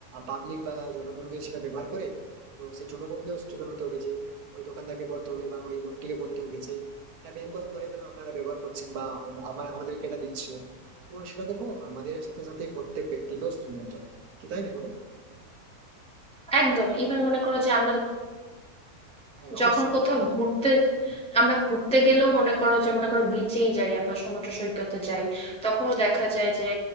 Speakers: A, on the right; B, in the centre.
A: পাবলিক বা জনগণ যদি সেটা ব্যবহার করে তো সেই জনগণকেও সচেতন হতে হবে যে ওই দোকানদারকে বলতে হবে বা ওই লোকটিকে বলতে হবে যে এটা বের করার পরে কেন আপনারা ব্যবহার করছেন বা আম- আমার আমাদেরকে এটা দিচ্ছ তো সেটা দেখো আমাদের সাথে সাথে প্রত্যেক ব্যক্তিকেও সচেতন হতে হবে কি তাই না বলো
B: একদম ইভেন মনে করো যে আমরা তো
A: হ্যাঁ অবশ্যই
B: যখন কোথাও ঘুরতে
A: হুম,
B: আমরা ঘুরতে গেলেও মনে করো যে মনে করো বিচেই যাই আমরা সমুদ্র সৈকতে যাই তখনও দেখা যায় যে